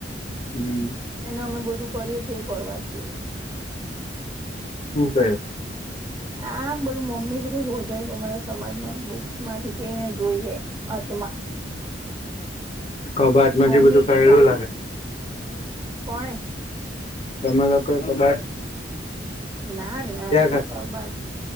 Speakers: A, on the left (about 35°); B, on the right (about 20°).
A: હમ
B: એને અમે બધું કરીએ તે કરવા જોઈએ
A: હું ક
B: હા બધું મમ્મી બધું હોધાય અમારા સમાજ ના બુક્સમાંથી તેને જોઈએ અ તોમાં
A: ક બાાત માંથી
B: મમ્મી
A: બધું
B: કે
A: કલું
B: ખાલી
A: લાગે
B: કોણે
A: તમે લોકો તો બાત
B: ના ના તો
A: કરતા
B: સબ જ